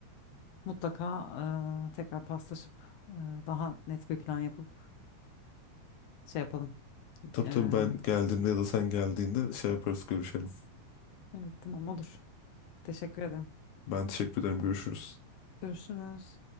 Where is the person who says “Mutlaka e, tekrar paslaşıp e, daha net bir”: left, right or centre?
Left